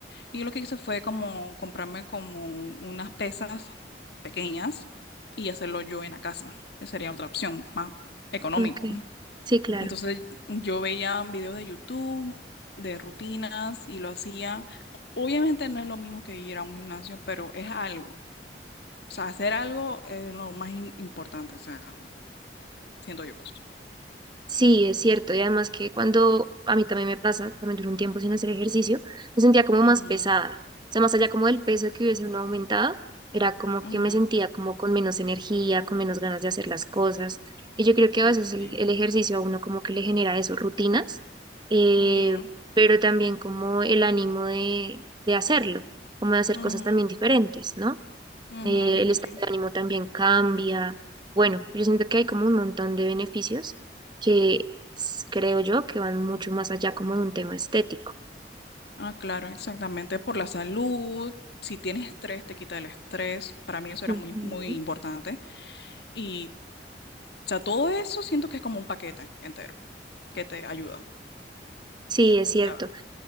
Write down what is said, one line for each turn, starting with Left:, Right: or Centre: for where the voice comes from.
Left: Y yo lo que hice fue como comprarme como un- unas pesas pequeñas y hacerlo yo en la casa. Esa sería otra opción, más económico.
Right: ujú, ok. Sí, claro.
Left: Entonces yo veía videos de YouTube, de rutinas y lo hacía. Obviamente no es lo mismo que ir a un gimnasio, pero es algo. O sea, hacer algo es lo más im- importante, o sea, siento yo pues.
Right: Sí, es cierto. Y además que cuando a mí también me pasa, también duré un tiempo sin hacer ejercicio, me sentía como
Left: Mm,
Right: más pesada. O sea, más allá como del peso
Left: mm,
Right: que hubiese uno aumentado, era como
Left: ujú,
Right: que me sentía como con menos energía, con menos ganas de hacer las cosas. Y yo creo que
Left: Uf,
Right: a veces el,
Left: sí.
Right: el ejercicio a uno como que le genera eso, rutinas, eh,
Left: Ujú,
Right: pero también como el ánimo de, de hacerlo, como de hacer
Left: ujú,
Right: cosas también diferentes, ¿no?
Left: ujú,
Right: eh, el
Left: sí.
Right: estado de ánimo también cambia. Bueno, yo siento que hay como un montón de beneficios que s- creo yo que van mucho más allá como de un tema estético.
Left: Ah, claro, exactamente. Por la salud, si tienes estrés, te quita el estrés. Para mí eso era
Right: Ujú.
Left: muy, muy importante. Y, o sea, todo eso siento que es como un paquete entero que te ayuda.
Right: Sí, es cierto.
Left: Claro.